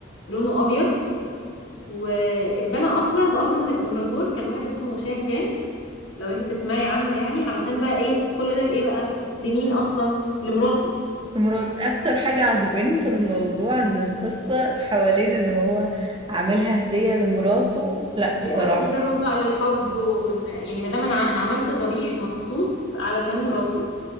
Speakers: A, on the left (about 75°); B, on the right (about 25°).
A: لونه ابيض واتبنى اصلا بامر من الامبراطور كان واحد اسمه شاه جان لو انت تسمعي عنه يعني علشان بقى ايه كل ده لايه بقى لمين اصلا لمراته
B: في مراد اكتر حاجة عجباني في الموضوع ان القصة حوالين ان هو عاملها هدية لمراته لا بصراحة
A: عشان بيرمز بقى للحب وإن- يعني ما دام انا ع- انا عملت ضريح مخصوص علشان مراتي